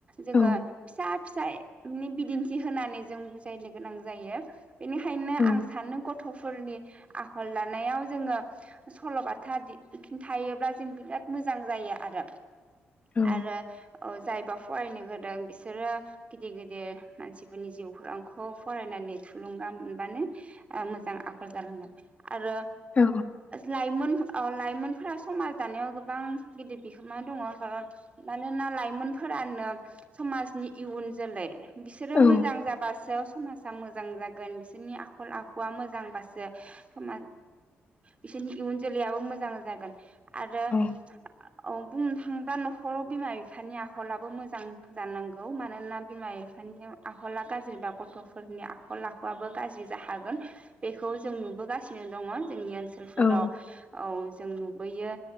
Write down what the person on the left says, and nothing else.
औ
औ
औ
औ
औ
औ
औ